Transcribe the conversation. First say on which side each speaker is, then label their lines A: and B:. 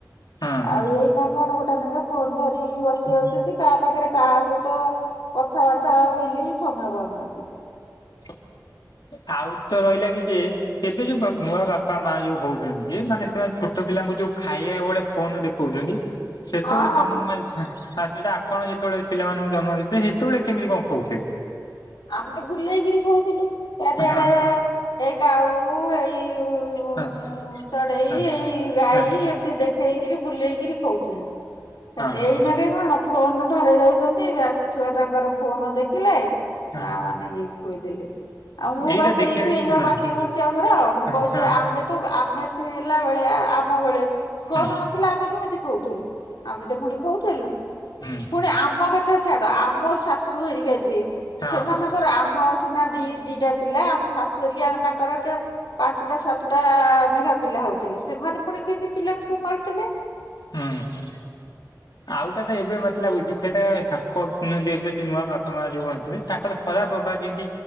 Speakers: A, on the left; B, on the left.
A: ହଁ ହଁ
B: ଆଉ ଏଇନା କଣ ଗୋଟେ ନେଖା ଫୋନ ଧରି ବସି
A: ହଁ।
B: ଯାଉଚନ୍ତି। କାହା ପାଖରେ କାହା ସହିତ କଥାବାର୍ତ୍ତା ହବା ପାଇଁ କି ସମୟ ପାଉ ନାହାଁନ୍ତି।
A: <inaudible> ଆଉ ତ ରହିଲା କି ଯେ ଏବେ ଯୋଉ ବା ନୂଆ ବାପା ମା ଯୋଉ ହଉଚନ୍ତି ଯିଏ ମାନେ ସେମାନେ ଛୋଟ ପିଲାଙ୍କୁ ଯୋଉ ଖାଇବା ବେଳେ ଫୋନ ଦେଖଉଚନ୍ତି। ସେତେବେଳେ
B: ହଁ
A: ତମେ,
B: ହଁ
A: ଆ ସେଇଟା ଆପଣ ଯେତେବେଳେ ପିଲାମାନଙ୍କୁ ଜନ୍ମ ଦେଇଥିଲେ ସେତେବେଳେ କେମିତି କଣ ଖୋଉଥିଲେ।
B: ଆମେ ବୁଲେଇକିରି ଖୋଉଥିଲୁ ତାରିଆଡେ
A: ହଁ
B: ଏ କାଉ କୁ ଏଇ ଉ ଊ
A: ହଁ
B: ଚଢେଇ
A: ହଁ
B: ଏଇ ଗାଈ
A: ହଁ
B: ଏମିତି ଦେଖେଇକିରି ବୁଲେଇକିରି ଖୋଉଥିଲୁ।
A: ହଁ
B: ଏଇନା
A: ହଁ
B: କେ କଣ ଫୋନ ଧରାଇ ଦଉଚନ୍ତି। ବାସ୍ ଛୁଆ ତାଙ୍କର ଫୋନ ଦେଖିଲେ
A: ହଁ।
B: ମା ମାନେ ଏଇ ଖୋଇଦେଲେ। ଆଉ ମୁଁ
A: ଏଇଟା
B: ବା ସେଇଥି
A: ଦେଖେଇବେ
B: ପାଇଁକା
A: ହଁ
B: ପାଟି କରୁଚି ଆମର। ମୁଁ
A: ହଁ
B: କହୁଚି
A: ହଁ
B: ଆମେ ତ ଆମେ ହେଲା ଭଳିଆ ଆମ୍ ମ ବେଳେ ଫୋନ୍
A: ହଁ
B: ନଥିଲା ଆମେ କେମିତି ଖୋଉଥିଲୁ। ଆମେ ତ ପୁଣି ଖୋଉଥିଲୁ।
A: ହଁ
B: ପୁଣି ଆମ କଥା ଛାଡ, ଆମ ଶାଶୁ ହେରିକା ଯିଏ
A: ହଁ
B: ସେମାନଙ୍କର
A: ହଁ
B: ଆମ ସିନା ଦି ଦିଟା ପିଲା, ଆମ ଶାଶୁହରିକା ତାଙ୍କର କେ ପାଞ୍ଚୁ ଟା ସାତୁଟା ନେଖା ପିଲା ହଉଥିଲେ। ସେମାନେ ପୁଣି କେମତି ପିଲାଙ୍କୁ ସମ୍ଭାଳୁଥିଲେ।
A: ହୁଁ ହୁଁ। ଆଉଟା ତ ଏବେ ମତେ ଲାଗୁଚି, ସେଇଟା ସାକ ଏବେ ଯୋଉ ନୂଆ ବାପା ମାନେ ଯୋଉ ଅଛନ୍ତି ତାଙ୍କର ଖରାପ ପ୍ରଭାବ, ଯେମିତି